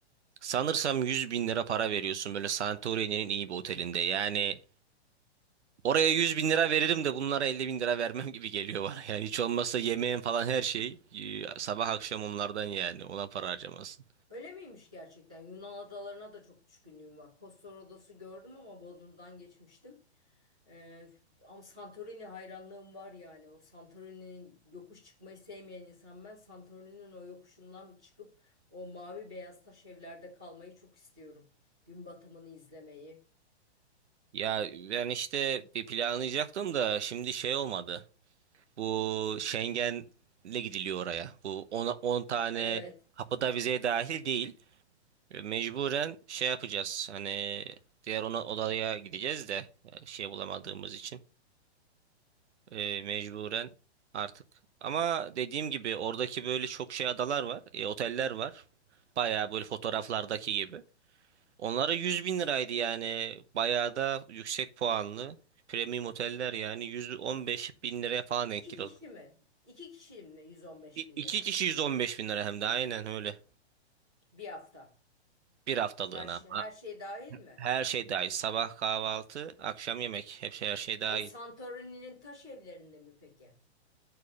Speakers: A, on the right; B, in the centre.
A: sanırsam 100 bin lira para veriyorsun böyle Santorini'nin iyi bir otelinde. Yani oraya 100 bin lira veririm de bunlara 50 bin lira vermem <laughs> gibi geliyor bana. Yani hiç olmazsa yemeğin falan her şey e, sabah akşam onlardan yani ona para harcamasın.
B: Öyle miymiş gerçekten? Yunan adalarına da çok düşkünlüğüm var. Kostor adası gördüm ama Bodrum'dan geçmiştim. Ee, ama Santorini hayranlığım var yani. O Santorini'nin yokuş çıkmayı sevmeyen insan ben. Santorini'nin o yokuşundan çıkıp o mavi beyaz taş evlerde kalmayı çok istiyorum. Gün batımını izlemeyi.
A: Ya ben işte bir planlayacaktım da şimdi şey olmadı. Bu Schengen'le gidiliyor oraya. Bu 10 tane
B: Evet.
A: kapıda vizeye dahil değil. Mecburen şey yapacağız. Hani diğer ona odaya gideceğiz de e, şey bulamadığımız için E, mecburen artık. Ama dediğim gibi oradaki böyle çok şey adalar var, e, oteller var. Bayağı böyle fotoğraflardaki gibi. Onlara 100 bin liraydı yani. Bayağı da yüksek puanlı. Premium oteller yani 115 bin liraya falan
B: İki
A: denk geliyor.
B: kişi mi? İki kişi mi? 115
A: İ-
B: bin
A: İki
B: lira.
A: kişi 115 bin lira hem de aynen öyle.
B: Bir hafta.
A: Bir haftalığına.
B: Her şey,
A: ama
B: her şey dahil mi?
A: Her şey dahil. Sabah kahvaltı, akşam yemek. Hepsi her şey dahil.
B: O Santorini'nin taş evlerinde mi peki?